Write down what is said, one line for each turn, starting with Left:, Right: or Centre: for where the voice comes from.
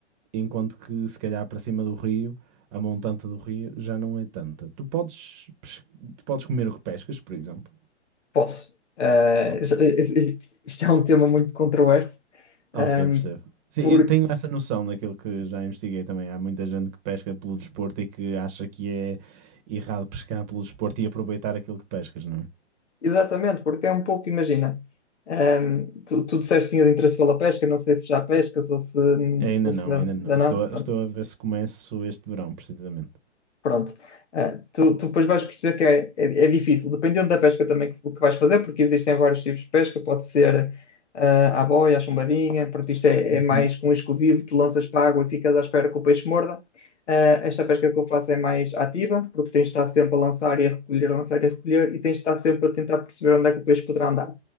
Right: enquanto que se calhar para cima do rio, a montante do rio já não é tanta. Tu podes, pes- tu podes comer o que pescas, por exemplo.
Left: Posso. Eh,
Right: ok?
Left: isto é um tema muito controverso,
Right: Ah,
Left: ehm,
Right: Ok, percebo. Sim,
Left: porque,
Right: eu tenho essa noção daquilo que já investiguei também. Há muita gente que pesca pelo desporto e que acha que é errado pescar pelo desporto e aproveitar aquilo que pescas, não é?
Left: exatamente, porque é um pouco, imagina, ehm, tu, tu disseste que tinhas interesse pela pesca, não sei se já pescas ou se,
Right: Ainda
Left: ou se
Right: não,
Left: ainda
Right: ainda não.
Left: ainda não,
Right: Estou
Left: pronto.
Right: a, estou a ver se começo este verão, precisamente.
Left: Pronto. Ah, tu, tu depois vais perceber que é, é, é difícil, dependendo da pesca também que, que vais fazer, porque existem vários tipos de pesca, pode ser ah, à boia, à chumbadinha, pronto, isto é,
Right: Uhum.
Left: é mais com isco vivo, tu lanças para a água e ficas à espera que o peixe morda. Ah, esta pesca que eu faço é mais ativa, porque tens de estar sempre a lançar e a recolher, a lançar e a recolher, e tens de estar sempre a tentar perceber onde é que o peixe poderá andar